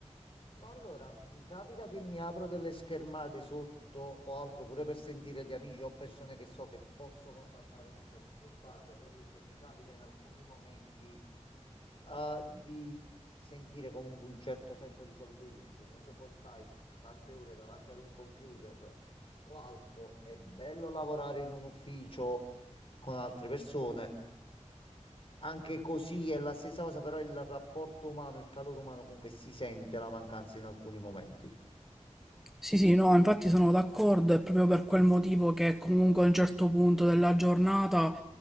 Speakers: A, on the left; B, in the centre.
A: No, Allora, mi capita che mi apro delle schermate sotto o altro pure per sentire gli amici o persone che so che posso contattare senza disturbarle, proprio perché mi capita in alcuni momenti eh, di sentire comunque un certo senso di solitudine, perché comunque poi stai tante ore davanti ad un computer o altro, è bello lavorare in un ufficio con altre persone, anche così è la stessa cosa, però il rapporto umano, il calore umano comunque si sente la mancanza in alcuni momenti.
B: Sì, sì, no, infatti sono d'accordo, è proprio per quel motivo che comunque a un certo punto della giornata